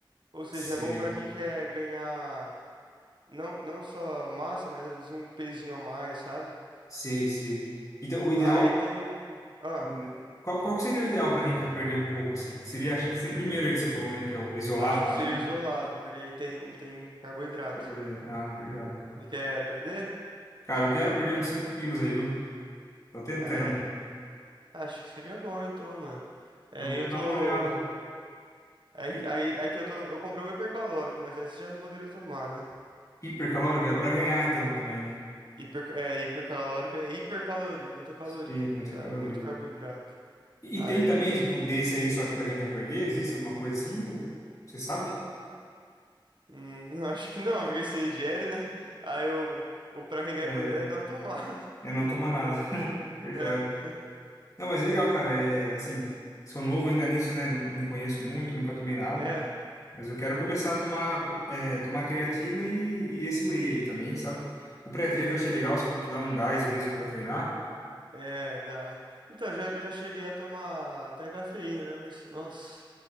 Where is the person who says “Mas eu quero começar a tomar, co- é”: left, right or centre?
Left